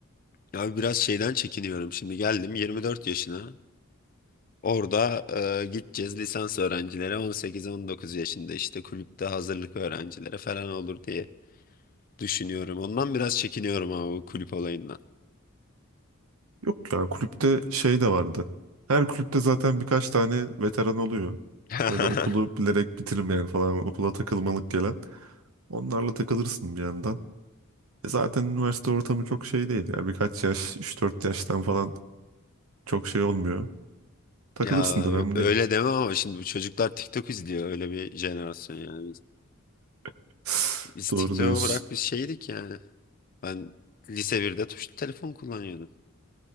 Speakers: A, on the left; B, on the right.
A: Ya biraz şeyden çekiniyorum. Şimdi geldim 24 yaşına. Orada e, gideceğiz lisans öğrencilere 18-19 yaşında işte kulüpte hazırlık öğrencilere falan olur diye düşünüyorum. Ondan biraz çekiniyorum ama bu kulüp olayından.
B: Yok ya kulüpte şey de vardı. Her kulüpte zaten birkaç tane veteran oluyor.
A: <laughs>
B: Böyle okulu bilerek bitirmeyen falan, okula takılmalık gelen. Onlarla takılırsın bir yandan. E zaten üniversite ortamı çok şey değil ya. Birkaç yaş, üç dört yaştan falan çok şey olmuyor. Takılırsın
A: Ya ö-
B: da önemli
A: öyle
B: değil.
A: deme ama şimdi bu çocuklar TikTok izliyor öyle bir jenerasyon yani. Biz,
B: <laughs>
A: biz
B: Doğru
A: TikTok'u
B: diyorsun.
A: bırak biz şeydik yani. Ben lise birde tuşlu telefon kullanıyordum.